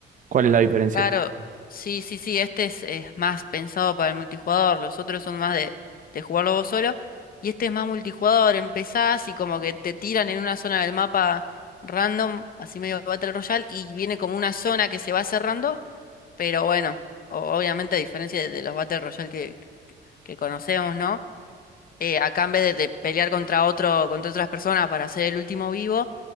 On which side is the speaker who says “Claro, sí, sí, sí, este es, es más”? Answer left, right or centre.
Left